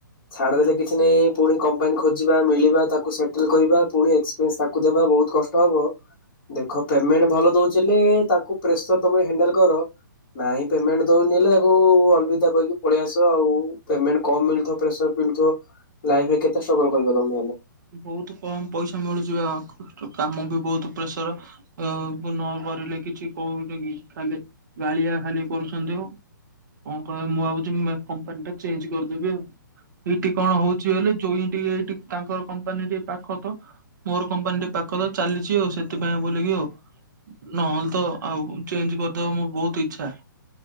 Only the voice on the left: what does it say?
ଛାଡ଼ି ଦେଲେ କିଛି ନାହିଁ। ପୁଣି କମ୍ପାନୀ ଖୋଜିବା ମିଳିବା ତାକୁ ସେଟଲ କରିବା ପୁଣି ଏକ୍ସପିରିଏନ୍ସ ତାକୁ ଦେବା ବହୁତ କଷ୍ଟ ହବ। ଦେଖ ପେମେଣ୍ଟ ଭଲ ଦଉଥିଲେ ତାକୁ ପ୍ରେସର ନାଇଁ ପେମେଣ୍ଟ ଦଉନଲେ ତ ଓ ଆଲବିଦା କହିକି କାହିଁକି ପଳେଇ ଆସ ଆଉ ପେମେଣ୍ଟ କମ ମିଳିଥିବ ପ୍ରେସର୍ ମିଳୁଥିବ। ଲାଇଫ ରେ କେତେ ଷ୍ଟ୍ରଗଲ କରିବ ତମେ ହେଲେ